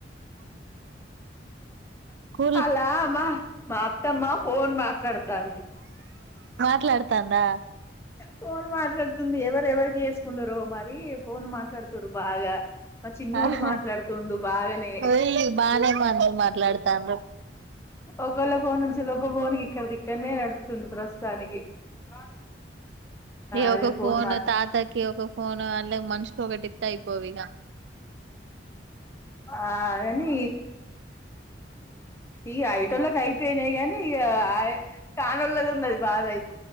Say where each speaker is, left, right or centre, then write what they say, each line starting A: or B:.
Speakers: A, on the right (about 80°); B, on the left (about 15°).
A: కూల్
B: అలా మ్మా మా అత్తమ్మా పో ఫోన్ మాట్లాడ డానికి
A: మాట్లాడుతాందా
B: ఫోన్ మాట్లాడుతుంది ఎవరు ఎవరికి చేసుకున్నరో మరీ రీ ఫోన్ మాట్లాడుతురు. బాగా మా చిన్నోడు
A: ఆహా
B: మాట్లాడుతుండు బాగానే
A: ఓయి బానే మాట్లు మాట్లాడుతాండ్రు
B: ఒకళ్ళ ఫోన్ నుంచి ఒక ఫోన్కి ఇక్కడిది ఇక్కడనే నడుపుతుంది ప్రస్తుతానికి ఆ
A: ఇగ
B: అదే
A: ఒక ఫోను
B: ఫోన్ మా
A: తాతకి ఒక ఫోను అల్లె మనుషకి ఒకటి ఇత్తా అయిపొవిగా
B: ఆగాని ఈ ఐటోళ్ళకి అయిపోయినాయి గాని ఇగ కానోళ్ళది ఉన్నది బాధ అయిది